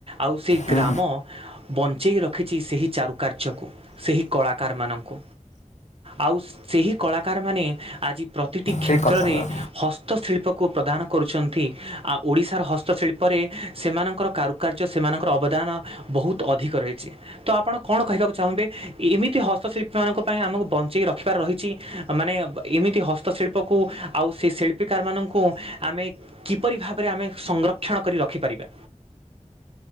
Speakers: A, on the right; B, on the left.
A: ଆଉ ସେ
B: ହୁଁ
A: ଗ୍ରାମ ବଞ୍ଚେଇ ରଖିଛି ସେହି ଚାରୁକାର୍ଯ୍ୟକୁ ସେହି କଳାକାରମାନଙ୍କୁ। ଆଉ ସେହି କଳାକାରମାନେ ଆଜି ପ୍ରତିଟି କ୍ଷେତ୍ରରେ
B: ଠିକ୍ କଥା ପୁରା।
A: ହ ହସ୍ତଶିଳ୍ପକୁ ପ୍ରଦାନ କରୁଛନ୍ତି ଆଉ ଓଡ଼ିଶାର ହସ୍ତଶିଳ୍ପରେ ସେମାନଙ୍କର କାରୁ କାର୍ଯ୍ୟ ସେମାନଙ୍କର ଅବଦାନ ବହୁତ ଅଧିକ ରହିଛି। ତ ଆପଣ କଣ କହିବାକୁ ଚାହୁଁବେ ଏମିତି ହସ୍ତଶିଳ୍ପୀମାନଙ୍କ ପାଇଁ ଆମକୁ ବଞ୍ଚେଇି ରଖିବାର ରହିଛି। ମାନେ ଏମିତି ହସ୍ତଶିଳ୍ପକୁ ଆଉ ସେ ଶିଳ୍ ଶିଳ୍ପିକାର ମାନଙ୍କୁ ଆମେ କିପରି ଭାବରେ ଆମେ ସଂଗ୍ରକ୍ଷଣ କରି ରଖିପାରିବା?